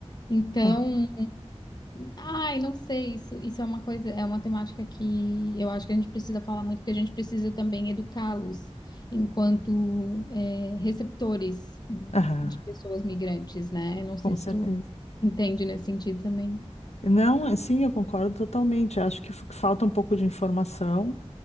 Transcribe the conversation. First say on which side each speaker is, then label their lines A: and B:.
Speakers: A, on the left; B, on the left.
A: Então,
B: Ah,
A: ai, não sei, isso, isso é uma coisa, é uma temática que eu acho que a gente precisa falar muito, porque a gente precisa também educá-los enquanto é, receptores
B: aham,
A: de pessoas migrantes, né? Eu não
B: com
A: sei se
B: certeza.
A: tu entende nesse sentido também.
B: Não, sim, eu concordo totalmente. Acho que f- falta um pouco de informação.